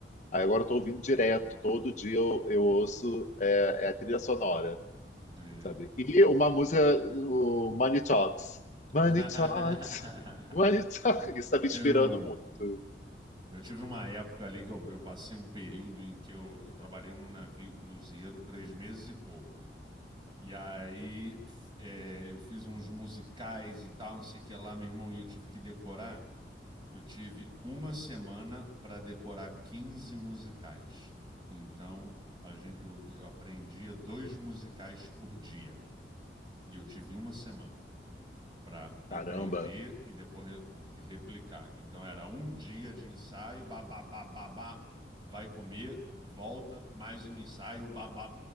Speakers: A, on the left (about 40°); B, on the right (about 25°).
A: Aí agora eu tô ouvindo direto, todo dia eu, eu ouço é, é a trilha sonora.
B: Entendi.
A: sabe? E uma música, o Money Talks. Money
B: <laughs>
A: Talks, Money Talks. Isso está me inspirando
B: Eu,
A: muito.
B: eu tive uma época ali que eu, eu passei um período em que eu, eu trabalhei num navio cruzeiro três meses e pouco. E aí f- é, eu fiz uns musicais e tal, não sei o que lá, meu irmão, e eu tive que decorar. Eu tive uma semana para decorar 15 musicais. Então, a gen- eu, eu aprendia dois musicais por dia. E eu tive uma semana para aprender
A: Caramba.
B: e depois re- replicar. Então, era um dia de ensaio, babá, vai comer, volta, mais um ensaio, babá,